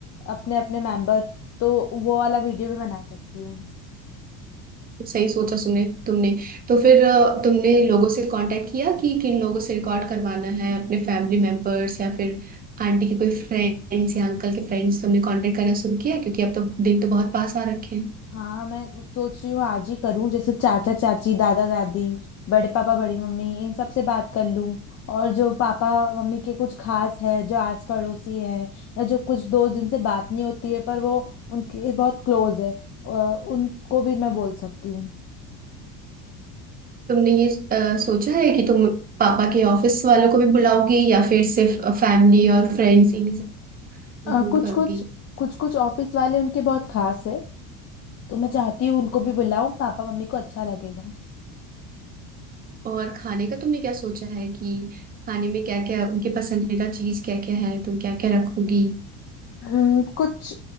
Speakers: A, on the left; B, on the right.
A: अपने अपने मेंबर तो वो वाला वीडियो भी बना सकती हूँ
B: सही सोचा सुने तुमने तो फिर अ, तुमने लोगों से कांटेक्ट किया कि किन लोगों से रिकॉर्ड करवाना है अपने फैमिली मेंबर्स या फिर आंटी के कोई फ्रेंड्स या अंकल के फ्रेंड्स तुमने कांटेक्ट करना शुरू किया क्योंकि अब तो दिन तो बहुत पास आ रखे हैं
A: हाँ हाँ मैं सोच रही हूँ आज ही करूँ जैसे चाचा चाची दादा दादी बड़े पापा बड़ी मम्मी इन सब से बात कर लूँ और जो पापा मम्मी के कुछ खास है जो आस पड़ोसी है या जो कुछ दोस्त जिनसे बात नहीं होती है पर वो उनके बहुत क्लोज है अ, उनको भी मैं बोल सकती हूँ
B: तुमने ये अ, सोचा है कि तुम पापा के ऑफिस वालों को भी बुलाओगी या फिर सिर्फ फैमिली और फ्रेंड्स इन्हें सब
A: अ,
B: इंक्लूड
A: कुछ
B: करोगी
A: कुछ कुछ कुछ ऑफिस वाले उनके बहुत खास है तो मैं चाहती हूँ उनको भी बुलाऊं पापा मम्मी को अच्छा लगेगा
B: और खाने का तुमने क्या सोचा है कि खाने में क्या क्या उनके पसंदीदा चीज क्या क्या है तुम क्या क्या रखोगी
A: हम्म, कुछ